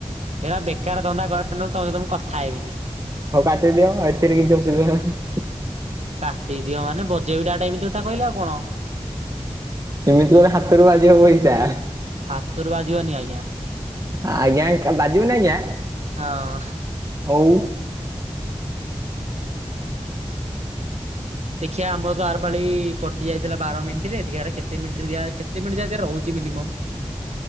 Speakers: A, on the right (about 75°); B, on the right (about 30°).
A: ଏଇଟା ବେକାର ଧନ୍ଦା <unintelligible> ତମ ସହ କଥା ହେବିନି?
B: ହଉ କାଟିଦିଅ, ଏଥିରେ କିଛି ଅସୁବିଧା ନାହିଁ।
A: କାଟିଦିଅ ମାନେ ବଜେଇବି ଡାଇରେକ୍ଟ ଏମିତି କଥା କହିଲା ଆଉ କଣ।
B: ଏମିତି ମୋର ହାତରୁ ବାଜିବ ପଇସା।
A: ହାତରୁ ବାଜିବନି ଆଜ୍ଞା
B: ଆଜ୍ଞା ବାଜିିବ ନା ଆଜ୍ଞା।
A: ହଁ।
B: ହଉ।
A: ଦେଖିଆ ଆମ ତର ଆର ପାାଳି କଟି ଯାଇଥିଲା ବାର ମିନିଟ ରେ ଦେଖଆ କେତେ ମିନିଟରେ କେତେ ମିନିଟ ଯ ରହୁଛି ମିନିମମ୍।